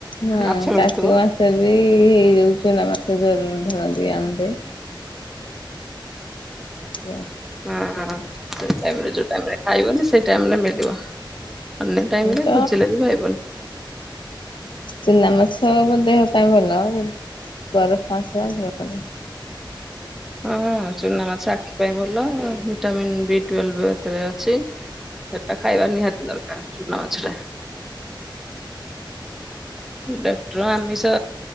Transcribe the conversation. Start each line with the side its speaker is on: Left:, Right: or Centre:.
Left: ହଁ
Centre: ମାଛ ମିଳୁଥିବ।
Left: କାର୍ତ୍ତିକ ମାସ ବି ହେଇଯଉ ଚୁନା ମାଛ ଯୋରରୁ ଧରନ୍ତି ଆଣନ୍ତେ। ଆଛା।
Centre: ହଁ ହଁ ସେଇ ଟାଇମରେ ଯୋଉ ଟାଇମରେ ଖାଇବନି ସେଇ ଟାଇମରେ ମିଳିବ। ଅନ୍ୟ ଟାଇମରେ
Left: ତ
Centre: ଖୋଜିଲେ ବି ପାଇବନି।
Left: ଚୁନା ମାଛ ମ ଦେହ ପାଇଁ ଭଲ। ବରଫ୍ <unintelligible> <inaudible>
Centre: ହଁ ଚୁନା ମାଛ ଆଖି ପାଇଁ ଭଲ। ଭିଟାମିନ୍ ବି ଟୁଏଲଭ୍ ଏଥିରେ ଅଛି। ସେଟା ଖାଇବା ନିହାତି ଦରକାର ଚୁନା ମାଛଟା। ଡକ୍ଟର ଆମିଷ